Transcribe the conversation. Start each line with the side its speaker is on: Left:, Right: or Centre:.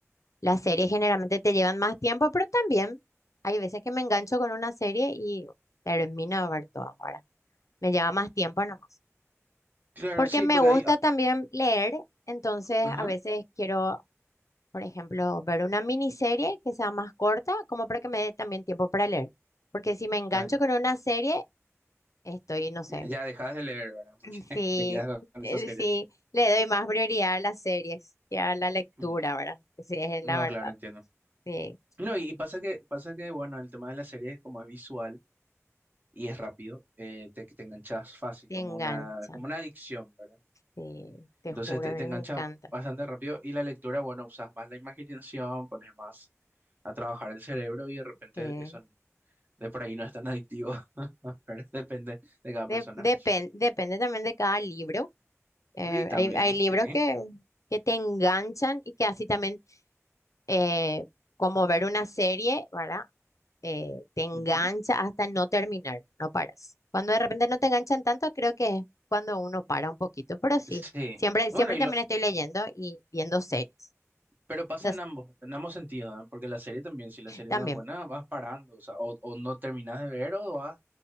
Left: Las series generalmente te llevan más tiempo, pero también hay veces que me engancho con una serie y termino de ver todas, ¿verdad? Me lleva más tiempo nomás.
Right: Claro,
Left: Porque
Right: sí,
Left: me
Right: porque
Left: gusta
Right: ahí... ah,
Left: también leer, entonces
Right: Ajá.
Left: a veces quiero, por ejemplo, ver una miniserie que sea más corta, como para que me dé también tiempo para leer. Porque si me engancho
Right: Ah,
Left: con una serie, estoy, no sé,
Right: ya, ya dejas de leer, ¿verdad? Porque
Left: <laughs>
Right: <laughs>
Left: sí
Right: te quedas con
Left: eh,
Right: esa serie.
Left: si le doy más prioridad a las series que a la lectura,
Right: Mm.
Left: ¿verdad? Sí, es
Right: No,
Left: la verdad,
Right: claro, entiendo.
Left: sí,
Right: No, y, y pasa que, pasa que, bueno, el tema de la serie es como es visual y es rápido, eh, te, te enganchas fácil,
Left: te
Right: como
Left: engancha,
Right: una, como una adicción, ¿verdad?
Left: sí, te
Right: Entonces
Left: juro,
Right: te,
Left: a mí
Right: te engancha
Left: me encanta.
Right: bastante rápido y la lectura, bueno, usas más la imaginación, pones más a trabajar el cerebro y de repente
Left: Sí.
Right: eso n- de por ahí no es tan adictivo, <laughs> ¿verdad? Depende de cada
Left: De-
Right: persona.
Left: depen- depende también de cada libro. Eh,
Right: Y también,
Left: hay, hay libros
Right: sí.
Left: que, que te enganchan y que así también, eh, como ver una serie, ¿verdad? Eh, te engancha
Right: ujú,
Left: hasta no terminar, no paras. Cuando de repente no te enganchan tanto, creo que es cuando uno para un poquito, pero sí,
Right: Sí.
Left: siempre,
Right: Bueno,
Left: siempre
Right: y
Left: también
Right: lo,
Left: estoy leyendo y viendo series.
Right: pero pasa
Left: Entonces,
Right: en ambos, en ambos sentidos, ¿eh? Porque la serie también, si la serie
Left: también,
Right: no es buena, vas parando, o sea, o, o no terminas de ver o vas